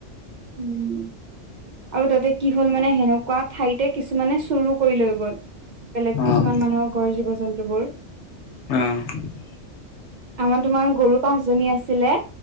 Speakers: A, on the right; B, on the left.
A: উম উ উ উ। আৰু তাতে কি হ'ল মানে সেনেকুৱা ঠাইতে কিছুমানে চুৰু কৰি লৈ গল। বেলেগ
B: অ',
A: কিছুমান মানুহৰ ঘৰৰ জীৱ-জন্তু বোৰ।
B: অ অ অ ঢি উ।
A: আমাৰ তোমাৰ গৰু পাঁচজনী আছিলে।